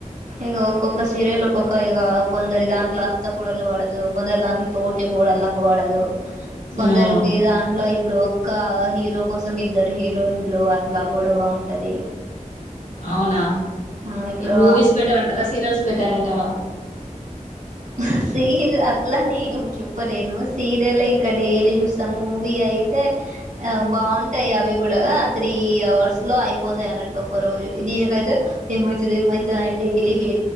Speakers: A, on the right (about 70°); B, on the left (about 75°).
A: ఇగ ఒక్కొక్క సిరియల్ ఒక్కొక్క ఇగ కొందరి దాంట్ల అత్త కోడళ్ళు వడదు, కొందరి దాంట్ల తోడి కోడళ్ళకు వడదు,
B: హ్మ్.
A: కొందరికి ఏ దాంట్లో ఇప్ ఇప్పుడు ఒక్క హీరో కోసం ఇద్దరు హీరోయిన్లు అట్ల గొడవ ఉంటది.
B: అవునా
A: ఆ ఇప్పుడు
B: మూవీస్ బెటర్ అంటరా, సీరియల్స్ బెటర్ అంటరా?
A: ఆ సీర్ అట్లనీ ఏం చెప్పలేను, సీరియలే ఇంకా డైలీ చూస్తాం మూవీ అయితే ఆ బాగుంటయి అవి కూడా ఆ త్రీ అవర్స్ లో అయిపోతయి అన్నట్టు ఒక్క రోజు, దీనికైతే ఏమైతది ఏమైతది అని డైలీ వె